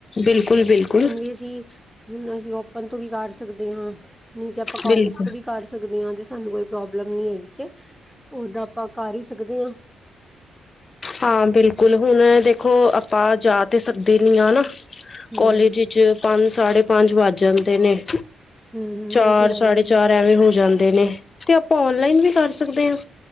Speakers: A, on the left (about 40°); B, in the centre.
A: ਬਿਲਕੁਲ ਬਿਲਕੁਲ
B: ਹੁਣ ਵੀ ਅਸੀਂ। ਹੁਣ ਅਸੀਂ ਓਪਨ ਤੋਂ ਵੀ ਕਰ ਸਕਦੇ ਹਾਂ। ਨਹੀਂ ਤੇ ਆਪਾਂ ਕਾਲਜ
A: ਬਿਲਕੁਲ
B: ਤੋਂ ਵੀ ਕਰ ਸਕਦੇ। ਸਕਦੇ ਹਾਂ ਜੇ ਸਾਨੂੰ ਕੋਈ ਪ੍ਰੋਬਲਮ ਨੀ ਹੈਗੀ ਤੇ ਉਦਾਂ ਆਪਾਂ ਕਰ ਹੀ ਸਕਦੇ ਹਾਂ।
A: ਹਾਂ ਬਿਲਕੁਲ ਹੁਣ ਦੇਖੋ ਆਪਾਂ ਜਾ ਤੇ ਸਕਦੇ ਨੀ ਹਾ
B: ਹਮ
A: ਕੋਲੇਜ। ਪੰਜ ਸਾਢੇ ਪੰਜ ਵੱਜ ਜਾਂਦੇ ਨੇ
B: ਹਮ
A: ਚਾਰ
B: ਉਹ ਤੇ ਹੈ
A: ਸਾਢੇ
B: ਹੀ ਏ।
A: ਚਾਰ। ਐਵੇਂ ਹੋ ਜਾਂਦੇ ਨੇ ਤੇ ਆਪਾਂ ਓਨਲਾਈਨ ਵੀ ਕਰ ਸਕਦੇ ਹਾਂ।